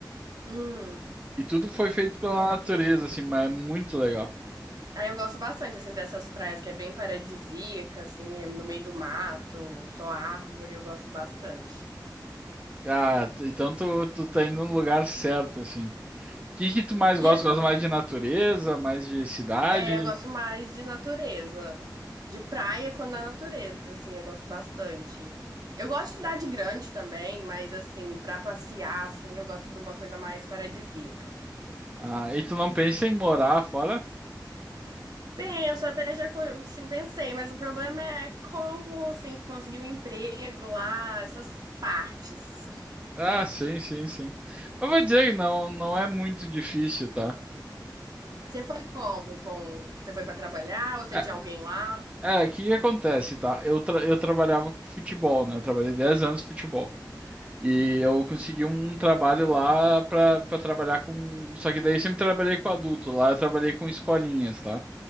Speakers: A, on the right; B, on the right.
A: Hum.
B: E tudo foi feito pela
A: Ai,
B: natureza,
A: que lindo.
B: assim, mas é muito legal.
A: Aí eu gosto bastante, assim, dessas praias que é bem paradisíaca, assim, é no meio do mato, só árvore, eu gosto bastante.
B: Ah, tu- então tu, tu tá indo no lugar certo, assim. O que que tu mais
A: E
B: gosta?
A: as-
B: Gosta mais de natureza, mais de cidade?
A: é, eu gosto mais de natureza, de praia quando a natureza, assim, eu gosto bastante. Eu gosto de cidade grande também, mas, assim, pra passear, assim, eu gosto de uma coisa mais paradisíaca.
B: Ah, e tu não pensa em morar fora?
A: Penso, até já, co- assim, pensei, mas o problema é como, assim, conseguir um emprego lá, essas partes.
B: Ah, sim, sim, sim. Mas vou dizer que não, não é muito difícil, tá?
A: Você foi como? Com... Você foi pra trabalhar? Ou você
B: Ah,
A: tinha alguém lá?
B: É, o que que acontece, tá? Eu, tra- eu trabalhava com futebol, né? Eu trabalhei 10 anos com futebol. E eu consegui um trabalho lá pra pra trabalhar com. Só que daí eu sempre trabalhei com adulto. Lá eu trabalhei com escolinhas, tá?